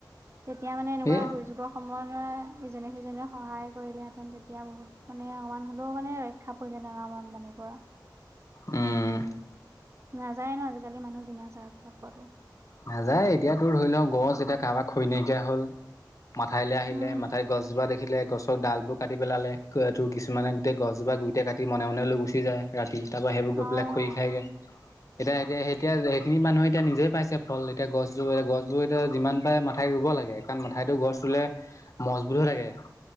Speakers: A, on the right; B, on the left.
A: তেতিয়া মানে এনেকুৱা
B: এই
A: দুৰ্যোগৰ সময়ত ইজনে সিজনে সহায় কৰিলেহেতেন তেতিয়া বহুত মানে আমান হ'লেও মানে ৰক্ষা পৰিলে নান বানপানীৰ পৰা।
B: উম্।
A: নাযায় ন আজিকালি মানুহ বিনা স্বাৰ্থত কলো
B: নাযায় এতিয়া তোৰ ধৰি ল গছ এতিয়া কাৰোবা খৈ নাইকিয়া হল মাথাইলৈ আহিলে
A: উম,
B: মাথাইৰ গছজোপা দেখিলে গছৰ ডালবোৰ কাটি পেলালে তোৰ কিছুমানে গোটেই গছজোপা গুইতে কাটি মনে মনে লৈ গুচি যায় ৰাতি তাৰ পৰাা সেইবোৰ
A: অ',
B: গৈ পেলাই খৰি খাইগে এতিয়া এতিয়া এতিয়া সেইখিনি মানুহে এতিয়া নিজে পাইছে ফল এতিয়া গছবো এ গছবোৰ এতিয়া যিমান পাৰে মাথাই ৰুব লাগে কাৰণ মাাইটো গছ ৰুলে মছবো হৈ থাকে